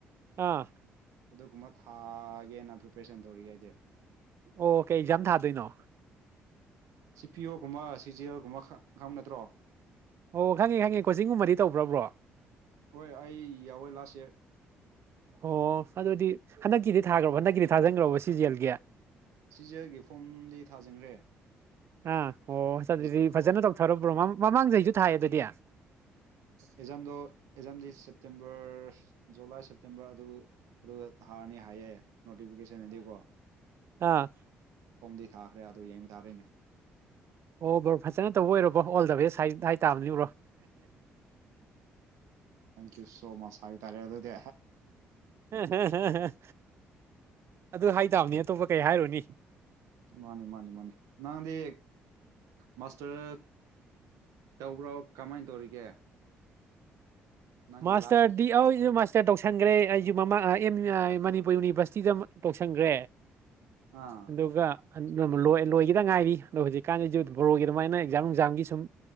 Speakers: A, on the right; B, on the right.
A: ꯑꯥ
B: ꯑꯗꯨꯒꯨꯝꯕ ꯊꯥꯒꯦꯅ ꯄ꯭ꯔꯤꯄꯦꯔꯦꯁꯟ ꯇꯧꯔꯤ ꯍꯥꯏꯗꯤ
A: ꯑꯣ ꯀꯩ ꯌꯥꯝ ꯊꯥꯗꯣꯏꯅꯣ
B: ꯁꯤ ꯄꯤꯌꯒꯨꯝꯕ ꯁꯤꯖꯦꯜꯒꯨꯝꯕ ꯈꯪꯕ ꯅꯠꯇ꯭ꯔꯣ
A: ꯑꯣ ꯈꯪꯉꯦ ꯈꯪꯉꯦ ꯀꯣꯆꯤꯡꯒꯨꯝꯕꯗꯤ ꯇꯧꯕ꯭ꯔꯕ꯭ꯔꯣ
B: ꯍꯣꯏ ꯑꯩ ꯌꯥꯎꯋꯦ ꯂꯥꯁ ꯏꯌꯥꯔ
A: ꯑꯣ ꯑꯗꯨꯗꯤ ꯍꯟꯗꯛꯀꯤꯗꯤ ꯊꯥꯈ꯭ꯔꯕ ꯍꯟꯗꯛꯀꯤꯗꯤ ꯊꯥꯖꯤꯟꯈ꯭ꯔꯕ ꯁꯤꯖꯦꯜꯒꯤ
B: ꯁꯤꯖꯒꯦ ꯐꯣꯝꯗꯤ ꯊꯥꯖꯤꯟꯈ꯭ꯔꯦ
A: ꯑꯥ ꯑꯣ ꯆ ꯑꯗꯨꯗꯤ
B: ꯑꯦꯛꯖꯥꯝꯗꯣ
A: ꯐꯖꯅ ꯇꯧꯊꯔꯕ꯭ꯔꯣ ꯃꯥ ꯃꯃꯥꯡꯗꯩꯁꯨ ꯊꯥꯏꯑꯌꯦ ꯑꯗꯨꯗꯤ
B: ꯑꯦꯖꯥꯝꯗ ꯑꯦꯖꯥꯝꯗꯤ ꯁꯦꯞꯇꯦꯝꯕꯔ ꯖꯨꯂꯥꯏ ꯁꯦꯞꯇꯦꯝꯕꯔ ꯑꯗꯨ ꯑꯗꯨ ꯊꯥꯔꯅꯤ ꯍꯥꯏꯌꯦꯦ ꯅꯣꯇꯤꯐꯤꯀꯦꯁꯟꯗꯤꯀꯣ
A: ꯑꯥ
B: ꯐꯣꯝꯗꯤ ꯊꯥꯈ꯭ꯔꯦ ꯑꯗꯨ ꯌꯦꯡꯕ ꯇꯥꯔꯤꯅꯦ
A: ꯑꯣ ꯕꯔꯣ ꯐꯖꯅ ꯇꯧꯕ ꯑꯣꯏꯔꯕꯣ ꯑꯣꯜ ꯗ ꯕꯦꯁ ꯍꯥꯏ ꯍꯥꯏ ꯇꯥꯕꯅꯤ ꯎ꯭ꯔꯣ
B: ꯊꯦꯡꯀ꯭ꯌꯨ ꯁꯣ ꯃꯁ ꯍꯥꯏꯇꯥꯔꯦ ꯑꯗꯨꯗꯤ
A: ꯎꯝꯝꯝ ꯑꯗꯨ ꯍꯥꯏꯇꯥꯕꯅꯦ ꯑꯇꯣꯞꯄ ꯀꯩ ꯍꯥꯏꯔꯨꯅꯤ
B: ꯃꯥꯅꯤ ꯃꯥꯅꯤ ꯃꯥꯅꯤ ꯅꯪꯗꯤ ꯃꯥꯁꯇꯔ ꯇꯧꯕ꯭ꯔꯣ ꯀꯃꯥꯏꯅ ꯇꯧꯔꯤꯒꯦ ꯅꯪꯒꯤ
A: ꯃꯥꯁꯇꯔꯗꯤ
B: ꯂꯥꯏꯐꯇꯣ
A: ꯑꯩꯁꯨ ꯃꯥꯁꯇꯔ ꯇꯧꯁꯟꯈ꯭ꯔꯦ ꯑꯩꯁꯨ ꯃꯃꯥ ꯑꯦꯝ ꯑꯥꯏ ꯃꯅꯤꯄꯨꯔ ꯌꯨꯅꯤꯚꯔꯁꯤꯇꯤꯗ ꯇꯧꯁꯟꯈ꯭ꯔꯦ
B: ꯑꯥ
A: ꯑꯗꯨꯒꯒ ꯂ ꯂꯣꯏꯒꯤꯗ ꯉꯥꯏꯔꯤ ꯑꯗꯣ ꯍꯧꯖꯤꯛꯀꯥꯟꯁꯤꯁꯨ ꯕꯣꯔꯣꯒꯤ ꯑꯗꯨꯃꯥꯏꯅ ꯑꯦꯛꯖꯥꯝ ꯅꯨꯡꯖꯥꯝꯒꯤ ꯁꯨꯝ